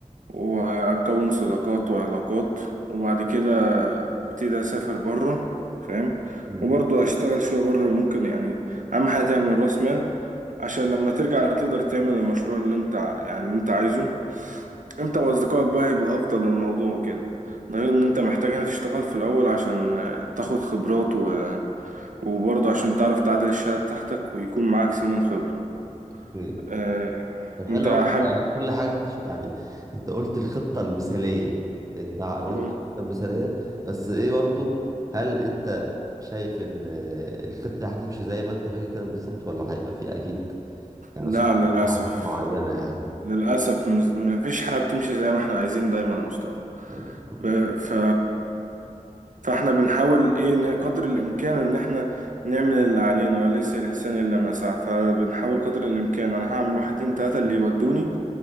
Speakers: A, on the right; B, on the right.
A: واكون صداقات وعلاقات وبعد كده ابتدي اسافر بره فاهم
B: مم.
A: وبرضه اشتغل شويه بره ممكن يعني اهم حاجه تعمل راس مال عشان لما ترجع تقدر تعمل المشروع اللي انت يعني اللي انت عايزه انت واصدقائك بقى هيبقى افضل للموضوع وكده ده غير ان انت محتاج هنا تشتغل في الاول عشان آه، تاخد خبرات و... وبرضه عشان تعرف تعادل الشهادة بتاعتك ويكون معاك سنين خبرة
B: اوكي
A: اه...
B: طب حلو
A: انت
B: قوي
A: حابب
B: انت كل حاجه انت ش- يعني انت قلت الخطه المثاليه انت قلت
A: مم.
B: الخطه المثاليه بس ايه برضو هل انت شايف ان آه، الخطه دي هتمشي زي ما انت فاكر كده بالظبط ولا هيبقى في اكيد يعني
A: لا
B: صعوبات
A: للاسف
B: في حاجات معينه يعني
A: للاسف مز- مفيش حاجة بتمشي زي ما احنا عايزين دايما يا مصطفى
B: أكيد.
A: ب- ف... فاحنا بنحاول ايه ن- قدر الامكان ان احنا نعمل اللي علينا وليس الانسان الا ما سعى فبنحاول قدر الامكان انا هعمل واحد اتنين تلاتة اللي يودوني